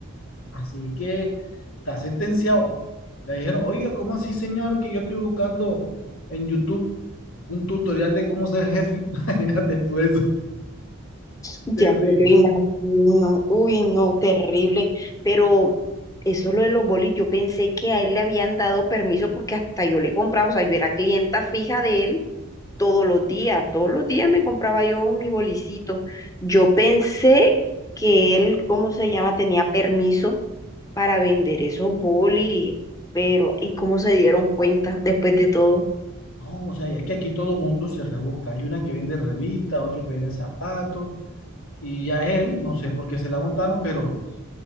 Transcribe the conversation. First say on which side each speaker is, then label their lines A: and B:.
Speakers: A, on the left; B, on the left.
A: así que está sentenciado. Le dijeron, oiga, ¿cómo así, señor, que yo estoy buscando en YouTube un tutorial de cómo ser jefe? <laughs> Imagínate tú eso,
B: Ya
A: terrible.
B: me lo imagino. Uy, no, terrible. Pero eso lo de los bolis, yo pensé que a él le habían dado permiso porque hasta yo le compraba, o sea, yo era clienta fija de él todos los días, todos los días me compraba yo mi bolicito. Yo pensé que él, ¿cómo se llama? Tenía permiso para vender esos bolis, pero ¿y cómo se dieron cuenta después de todo?
A: No, o sea, y es que aquí todo mundo se rebusca. Hay una que vende revistas, otro que vende zapatos, Y a él, no sé por qué se la montaron, pero